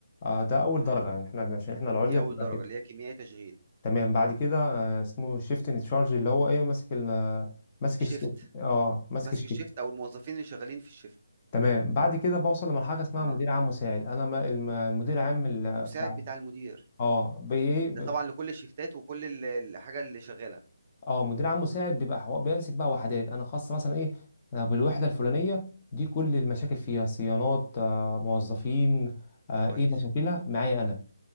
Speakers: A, on the left (about 30°); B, on the right (about 30°).
A: آه، ده اول
B: مم.
A: درجه يعني احنا عشان احنا العليا
B: دي اول
A: بتبقى
B: درجه
A: كده
B: اللي هي كيميائي تشغيل
A: تمام بعد كده آه، اسمه شيفت ان تشارج اللي هو ايه ماسك ال آه، ماسك
B: شيفت
A: الشيفت اه ماسك
B: ماسك
A: الشيفت
B: الشيفت او الموظفين اللي شغالين في الشيفت
A: تمام بعد كده بوصل لمرحله اسمها
B: اه
A: مدير عام مساعد انا ما- الم- المدير عام ال-
B: مساعد
A: بتاع
B: بتاع المدير
A: اه بايه
B: ده طبعا لكل الشيفتات وكل ال- الحاجه اللي شغاله
A: اه مدير عام مساعد بيبقى حو... بيمسك بقى وحدات انا خاصه مثلا ايه أنا بالوحده الفلانيه دي كل المشاكل فيها صيانات آه موظفين آه
B: كويس
A: ايه مشاكلها معايا انا